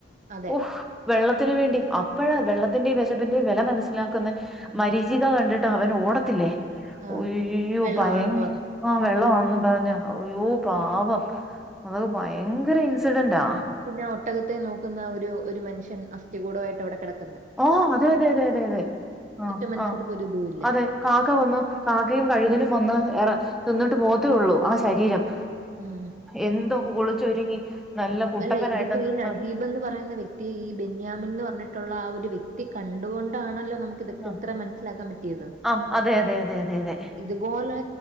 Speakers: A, on the right; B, in the centre.
A: അതെ
B: ഓഹ് വെള്ളത്തിന് വേണ്ടി അപ്പോഴാ വെള്ളത്തിന്റെയും വെശപ്പിന്റെയും വെല മനസ്സിലാക്കുന്നേ
A: ഉം
B: മരീചിക കണ്ടിട്ട് അവന് ഓടത്തില്ലേ
A: ആഹ്
B: ഒയ്യോ
A: വെള്ളമാണെന്ന്
B: ഭയങ്കര
A: പറഞ്ഞു
B: ആ വെള്ളം ന്നുംപറഞ് അയ്യോ പാവം അതൊ ഭയങ്കര ഇൻസിഡന്റാ
A: പിന്നെ ഒട്ടകത്തെ നോക്കുന്ന ഒരു ഒരു മനുഷ്യൻ അസ്ഥികൂടവായിട്ട് അവിടെ കിടക്ക
B: ഓ അതെ അതെ അതെതെ ആ
A: മറ്റു മനുഷ്യർക്ക്
B: ആ
A: ഒരു ഇതും ഇല്ല
B: അതെ കാക്കവന്ന് കാക്കയും കഴുകനുംവന്ന് എറെ തിന്നിട്ട് പോവത്തേയുള്ളൂ ആ ശരീരം
A: ഉം
B: എന്തോ കുളിച്ചൊരുങ്ങി നല്ല കുട്ടപ്പനായിട്ട്
A: അല്ലെ ഇതിപ്പോഈ നജീബ്
B: ആഹ്
A: എന്ന്പറയുന്ന വ്യക്തി ഈ ബെൻയാമിൻ ന്ന് പറഞ്ഞിട്ടുള്ള ആ ഒരു വ്യക്തി കണ്ടുകൊണ്ടാണല്ലോ നമുക്ക് ഇതൊക്കെ
B: ആഹ്
A: ഇത്ര മനസ്സിലാക്കാൻ പറ്റിയത്
B: ആഹ് അതെ അതെ അതെ അതെ അതെ
A: ഇതുപോലെ